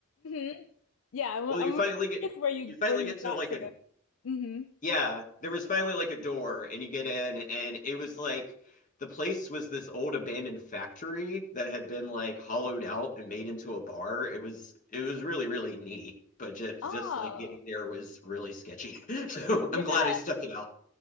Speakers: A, on the left; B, on the left.
A: hmm Yeah, I'm,
B: Well,
A: I'm
B: you finally get
A: curious where you
B: you finally
A: where you
B: get
A: got
B: to like
A: to.
B: a
A: hmm
B: yeah, there was finally like a door, and you get in, and it was like the place was this old abandoned factory that had been like hollowed out and made into a bar. It was it was really really neat, but just
A: Oh,
B: just like getting there was really sketchy. <laughs> So I'm
A: yeah.
B: glad I stuck it out.